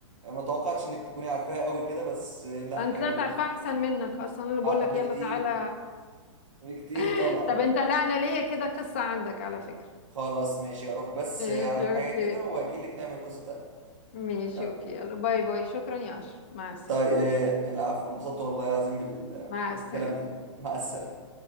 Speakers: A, on the right; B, on the left.
A: ما توقعتش انك تكوني عارفاها قوي كده بس آه، لا
B: انا
A: حلو
B: طلعت عارفه
A: بص-
B: احسن منك اصلا أنا اللي بقول
A: اه
B: لك
A: بكتير
B: يلا تعالى
A: بكتير
B: <laughs>
A: طبعا
B: طب انت لا انا ليا كده قصه عندك على فكره
A: خلاص ماشي اروح بس
B: ماشي
A: آه، اعمل
B: اوكي
A: حاجة كده واجيلك نعمل قصة تانية
B: ماشي
A: يلا
B: اوكي يلا باي باي شكرا يا اشرف مع السلامه
A: طيب آه، العفو انبسطت والله العظيم بال...
B: مع السلامه
A: بالكلام ده مع السلامة